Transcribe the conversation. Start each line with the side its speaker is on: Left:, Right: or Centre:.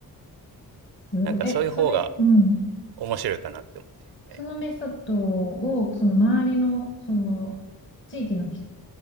Left: すごいえ、
Right: なんかそういう方が
Left: それ、うん。
Right: 面白いかなって思って。はい。
Left: そのメソッドを、その周りの、その、地域の人